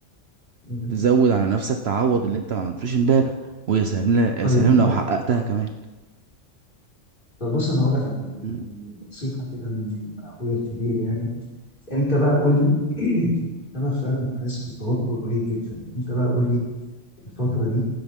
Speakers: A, on the left; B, on the right.
A: مم.
B: تزود على نفسك تعوض اللي انت ما عملتوش امبارح ويا سلام لا
A: طيب
B: يا سلام لو
A: ب-
B: حققتها كمان
A: طب بص انا هقول لك على حاجه
B: مم.
A: نصيحه كده من اخويا الكبير يعني انت بقى قول لي <clears throat> انا فعلا حاسس بتوتر رهيب جدا انت بقى قول لي الفترة دي